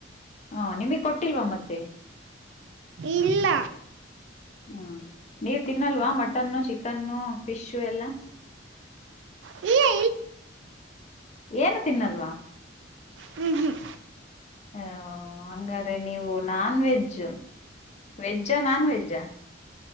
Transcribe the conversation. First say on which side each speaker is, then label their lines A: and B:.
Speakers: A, on the left; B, on the right.
A: ಹಾ ನಿಮಗ್ ಕೊಟ್ಟಿಲ್ವಾ ಮತ್ತೆ
B: ಇಲ್ಲ
A: ಹಾ ನೀವ ತಿನ್ನಲ್ವಾ ಮಟನ್ನು ಚಿಕನ್ನು ಫಿಶು ಎಲ್ಲಾ
B: ಹ
A: ಏನು ತಿನ್ನಲ್ವಾ
B: ಹ್ಮ್ ಹ್ಮ್
A: ಹ ಹಂಗಾರೆ ನೀವು ನಾನ್ ವೆಜ್ಜ್ು ವೆಜ್ಜಾ ನಾನ್ವೆೆಜ್ಜಾ